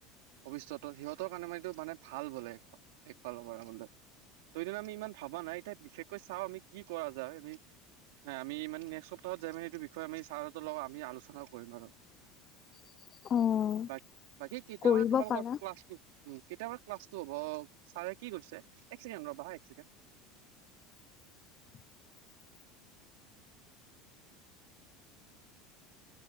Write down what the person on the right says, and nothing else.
ভৱিষ্যতত সিহঁতৰ কাৰণে মাৰটো মানে ভাল বোলে এফালৰ পৰা বলে শেইদিনা আমি ইমান ভবা নাই এতিয়া বিশেষকৈ চাওঁ আমি কি কৰা যায় আমি মানে নেক্সট্ সপ্তাহত যায় মানে এইটো বিষয়ে আমি ছাৰ হঁতৰ লগত আমি আলোচনাও কৰিম আৰু।
বা বাকী কেতিয়া
পৰা তোমালোকৰ
ক্লাছটো কেতিয়া পৰা ক্লাছটো হ'ব? ছাৰে কি কৈছে? এক ছেকেণ্ড ৰ'বা হা এক ছেকেণ্ড।